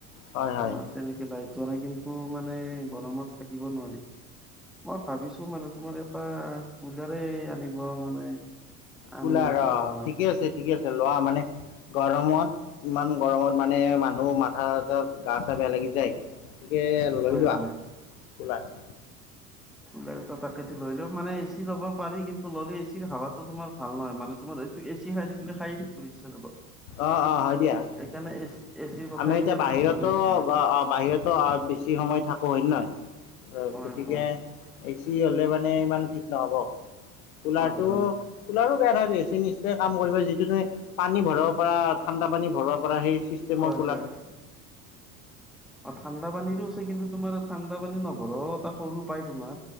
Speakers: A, on the left (about 65°); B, in the centre.
A: হয় হয়
B: তোমাৰ তেনেকৈ লাইট আ নাই কিন্তু মানে গৰমত থাকিব নোৱাৰি মই ভাবিছো মানে তোমাৰ এটা উলাৰে আনিব মানে আনো
A: কুলাৰ
B: নেকি
A: অ
B: তোমাৰ
A: ঠিকে আছে ঠিকে আছে লোৱা মানে গৰমত ইমান গৰমত। মানে মানুহ মাথা এ গা চা বেয়া লাগি যায়। গতিকে লৈ
B: হয়
A: লোৱা
B: হয়
A: কোলাৰ।
B: ব তাকে লৈলেও মানে এচি ল'ব পাৰি কিন্তু। ললে এ চিৰ খাবাোমাৰ ভাল নহ মানে তোমাৰ এইটো এ চি খাই থাকিলে খাই থাকিব ইচ্ছা যাব।
A: আহ অ' হয় দিয়া।
B: সেইকাৰণে এ এচিৰ কথা
A: আমি
B: সেইকাৰণে
A: এতিয়া বাহিৰতো
B: ভাবা নাই তোমাৰ
A: বাহিৰতো বেছি সময় থাকো হয়ে নহয়।
B: হয়
A: গতিকে
B: হয়
A: এ চি হলে মানে ইমান ঠিক নহব। কুলাৰ
B: হয়
A: টো
B: হয়
A: কুলাৰো বেয়া নহয়ি নিচিনা কাম কৰিব যিটো তুমি পানী ভৰাব পৰা। ঠাণ্ডা পানি ভৰব পৰা সেই চিষ্টেমক।
B: হয় হয় অ ঠাণ্ডা পানীৰো আছে কিন্তু তোমাৰ। ঠাণ্ডা পানী নভৰ এটা সৰু পায় তোমাৰ